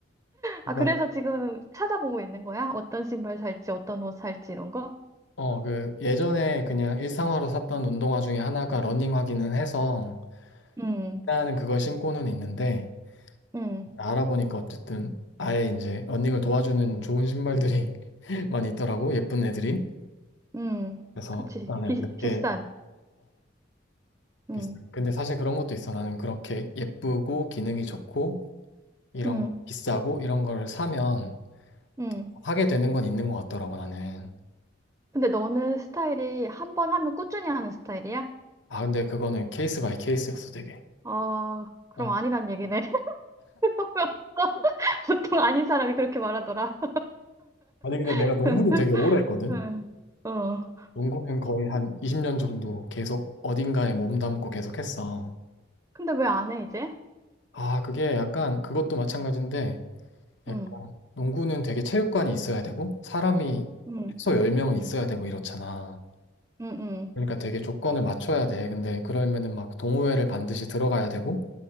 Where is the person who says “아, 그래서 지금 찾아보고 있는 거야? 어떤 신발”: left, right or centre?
Right